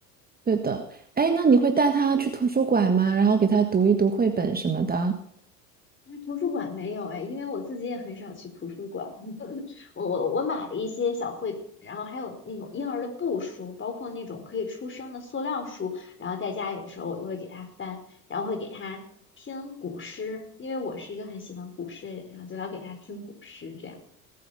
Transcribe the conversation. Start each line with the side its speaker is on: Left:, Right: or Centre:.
Right: 对的，哎，那你会带他去图书馆吗？然后给他读一读绘本什么的，
Left: 那图书馆没有哎，因为我自己也很少去图书馆，我我我买了一些小绘本，然后还有那种婴儿的布书，包括那种可以出声的塑料书，然后在家有的时候我就会给他翻，然后会给他听古诗，因为我是一个很喜欢古诗的人，然后就老给他听古诗这样。